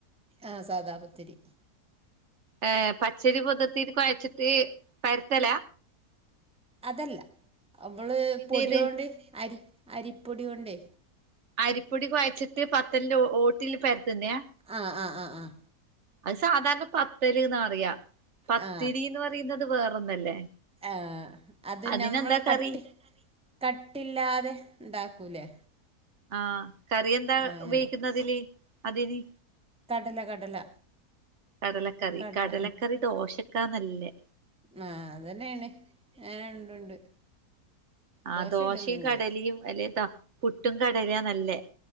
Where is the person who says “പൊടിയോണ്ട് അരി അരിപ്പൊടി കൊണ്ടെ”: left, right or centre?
Centre